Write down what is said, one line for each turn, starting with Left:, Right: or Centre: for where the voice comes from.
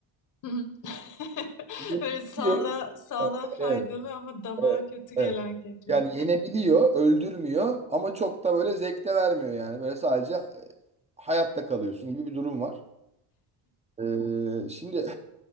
Left: Hı hı. <laughs>
Right: Yenebiliyor.
Left: Evet, sağlığa, sağlığa faydalı
Right: Evet,
Left: ama damağa
Right: evet,
Left: kötü
Right: evet.
Left: gelen kekler.
Right: Yani yenebiliyor, öldürmüyor ama çok da böyle zevk de vermiyor yani. Böyle sadece e, hayatta kalıyorsun gibi bir durum var. Ee, şimdi